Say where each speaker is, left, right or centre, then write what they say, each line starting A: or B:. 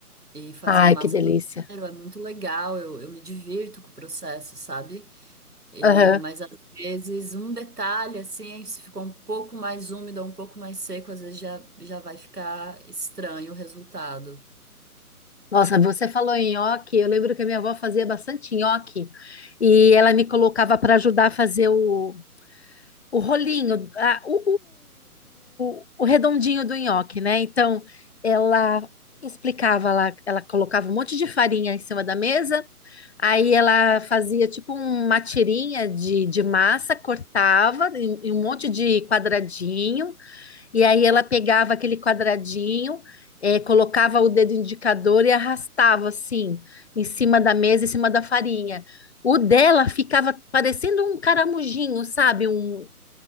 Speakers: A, on the right (about 85°); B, on the left (about 45°).
A: e fazer
B: Ai,
A: a massa
B: que delícia.
A: do zero. É muito legal, eu, eu me divirto com o processo, sabe? E,
B: Aham.
A: mas às vezes um detalhe, assim, se ficou um pouco mais úmido ou um pouco mais seco, às vezes já, já vai ficar estranho o resultado.
B: Nossa, você falou em nhoque. Eu lembro que a minha avó fazia bastante nhoque e ela me colocava para ajudar a fazer o o rolinho, a- o, o, o, o redondinho do nhoque, né? Então, ela explicava lá, ela colocava um monte de farinha em cima da mesa, aí ela fazia tipo uma tirinha de, de massa, cortava em, em um monte de quadradinho, e aí ela pegava aquele quadradinho, eh, colocava o dedo indicador e arrastava assim, em cima da mesa, em cima da farinha. O dela ficava parecendo um caramujinho, sabe? Um,